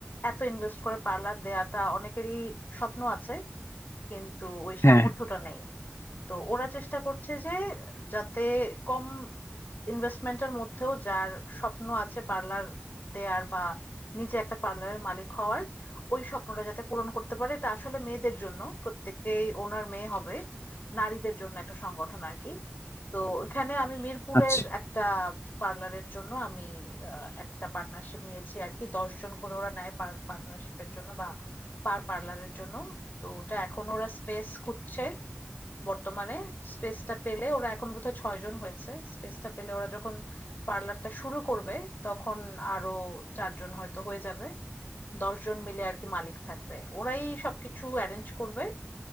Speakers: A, on the left (about 45°); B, on the left (about 85°).
A: এত ইনভেস্ট করে পার্লার দেয়াটা অনেকেরই স্বপ্ন আছে কিন্তু ওই সামর্থ্যটা
B: হ্যাঁ হ্যাঁ,
A: নেই তো ওরা চেষ্টা করছে যে যাতে কম ইনভেস্টমেন্টের মধ্যেও যার স্বপ্ন আছে পার্লার দেয়ার বা নিজে একটা পার্লারের মালিক হওয়ার ওই স্বপ্নটা যাতে পূরণ করতে পারে এটা আসলে মেয়েদের জন্য প্রত্যেকেই ওনার মেয়ে হবে নারীদের জন্য একটা সংগঠন আর কি তো ওখানে আমি মিরপুরের
B: আচ্ছা
A: একটা পার্লারের জন্য আমি আহ, একটা পার্টনারশিপ নিয়েছি আর কি দশজন করে ওরা নেয় পার পার্টনারশিপের জন্য বা পার পার্লারের জন্য তো ওটা এখন ওরা স্পেস খুঁজছে বর্তমানে স্পেসটা পেলে ওরা এখন বোধহয় ছয়জন হয়েছে স্পেসটা পেলে ওরা যখন পার্লারটা শুরু করবে তখন আরো চারজন হয়তো হয়ে যাবে দশজন মিলে আর কি মালিক থাকবে ওরাই সবকিছু অ্যারেঞ্জ করবে